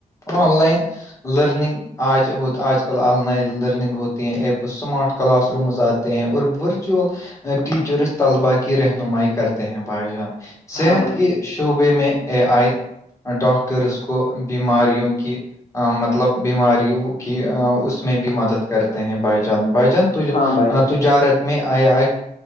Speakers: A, on the left; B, on the left.
A: آن لائن لرننگ آج آج کل آن لائن لرننگ ہوتی ہے ایپ اسمارٹ کلاس رومز آتے ہیں اور ورچوئول ٹیچرس طلباء کی رہنمائی کرتے ہیں بھائی جان صحت
B: ہاں بھائی
A: کی
B: جان
A: شعبے میں اے آئی ڈاکٹرس کو بیماریوں کی مطلب بیماریوں کی اس میں بھی مدد کرتے ہیں بھا‌ی بھائی جان
B: ہاں بھائی
A: تجارت میں I I